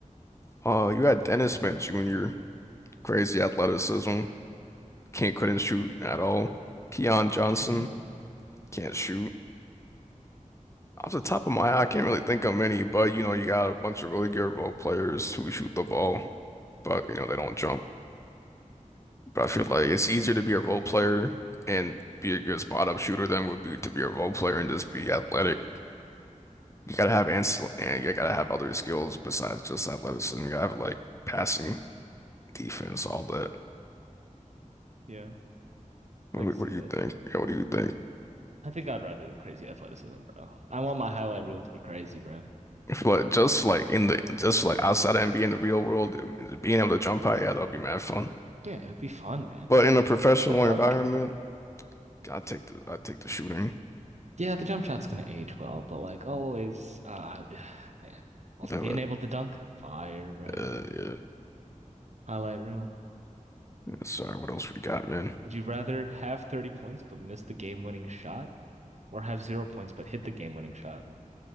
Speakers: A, on the left (about 20°); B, on the right (about 55°).
A: Uh, you had Dennis Smith Jr. Crazy athleticism. Can't couldn't shoot at all. Keon Johnson
B: hmm
A: can't shoot. Off the top of my head, I can't really think of many, but you know you got a bunch of really good role players who shoot the ball, but you know they don't jump. But I feel like it's easier to be a role player and be a good spot up shooter than would be to be a role player and just be athletic. You gotta have ans and you gotta have other skills besides just athleticism. You gotta have like passing, defense, all that.
B: Yeah, I
A: What do,
B: can see
A: what do
B: that.
A: you think? Yeah, what do you think?
B: I think I'd rather the crazy athleticism, bro. I want my highlight reel to be crazy, bro.
A: <laughs> I feel like just like in the just like outside of NBA in the real world, being able to jump high, yeah, that'll be mad fun.
B: Yeah, it'd be fun, man.
A: But in a professional
B: The dunk?
A: environment, I take the I take the shooting.
B: Yeah, the jump shot's gonna age well, but like always, uh, <sighs> man. Also
A: Yeah,
B: being
A: but,
B: able to dunk, fire, bro.
A: uh, yeah.
B: Highlight reel.
A: Sorry, what else we got, man?
B: Would you rather have 30 points but miss the game-winning shot or have zero points but hit the game-winning shot?